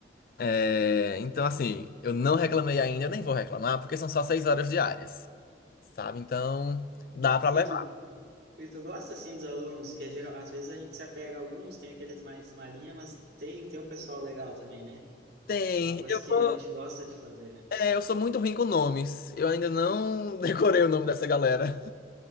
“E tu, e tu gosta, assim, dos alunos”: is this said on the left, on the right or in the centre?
Right